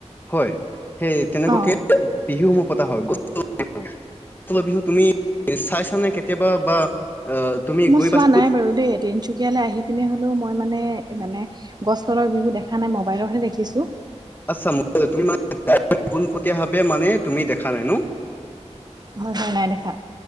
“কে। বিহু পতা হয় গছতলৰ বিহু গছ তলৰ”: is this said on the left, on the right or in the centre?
Left